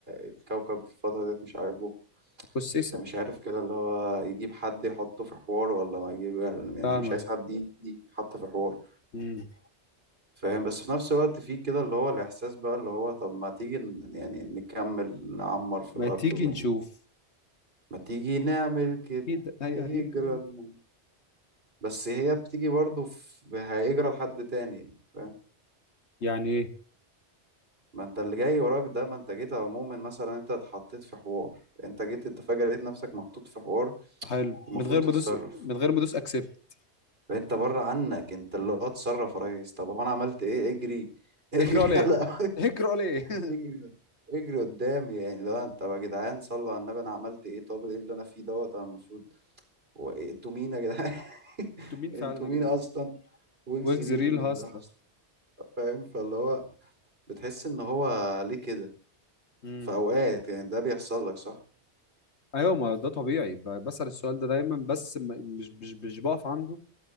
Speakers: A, on the right (about 60°); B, on the left (about 80°).
A: الكوكب في الفترة ديت مش عاجبه
B: بس اسال
A: فمش عارف كده اللي هو يجيب حد يحطه في حوار ولا ما يجيب يعني
B: فاهمك
A: مش عايز حد يجي يتحط في حوار
B: امم
A: فاهم بس في نفس الوقت في كده اللي هو الإحساس بقى اللي هو طب ما تيجي ن- يعني نكمل نعمر في
B: ما
A: الأرض
B: تيجي
A: ون...
B: نشوف
A: ما تيجي نعمل كده
B: كده هي
A: هيجرى
B: هيجرى
A: لنا. بس هي بتيجي برضه في... هيجرى لحد تاني يعني فاهم
B: يعني ايه
A: ما انت اللي جاي وراك ده ما انت جيت عموما مثلا انت اتحطيت في حوار انت جيت انت فجأة لقيت نفسك محطوط في حوار
B: حلو
A: المفروض
B: من غير
A: تتصرف
B: ما ادوس من غير ما ادوس اكسبت
A: فانت بره عنك انت اللي هو اتصرف يا ريس طب هو انا عملت ايه اجري <laughs> اجري
B: اجرى ليه
A: على
B: اجرى ليه <laughs>
A: يجري يجري قدامي يعني لو أنا- طب يا جدعان صلوا على النبي انا عملت ايه طب ايه اللي انا فيه دوت انا المفروض هو إيه- انتوا مين يا جدعان <laughs>
B: انتوا مين فعلا
A: انتوا
B: يا
A: مين
B: جدعان
A: اصلا وجزيريل
B: ويجز ريل هاصله
A: اصلا فاهم فاللي هو بتحس ان هو ليه كده
B: امم
A: في اوقات يعني ده بيحصل لك صح
B: ايوه ما ده طبيعي ب- بسأل السؤال ده دايما بس ما- مش مش مش بقف عنده